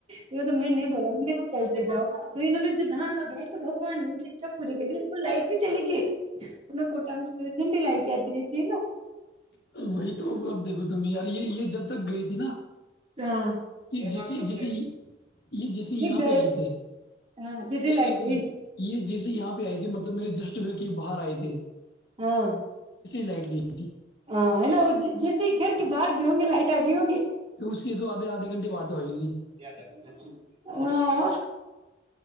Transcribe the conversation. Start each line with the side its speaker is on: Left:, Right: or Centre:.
Right: پ تو میں نہیں بولا مے چلتے جاؤ تو انہوں نے دارنا بنائی تو بگوان نے مجھے چ پوری کہی وہ لائٹ بھی چلی گئی ان کوٹا چوئیس گھنٹی لائٹ آتی دیتیھی نا
Left: وہی تو اب دیکھو تم یار یہ یہ جب تو گئی تھی نا
Right: ہاں
Left: یہ جسے جسے یہ جیسے یہاں
Right: یہ گئے
Left: پہ آئے تھے نہیں
Right: ہاں جیسے لائٹ
Left: نہیں نہیں
Right: گئی
Left: یہ جیسے یہاں پہ آئی تھھی مطب ب میری جسٹ بھر کی باہر آئی تھی
Right: <unintelligible>
Left: لائٹ گی تھی
Right: ہاں ہےا اور جیسے ہی گھر کے باہر گئے ہوں گے لائٹ آئے گئے ہوگے
Left: تو اس کے تو آدے آدھے گھنے بعات ہو گئی تھی
Right: <unintelligible> ہاں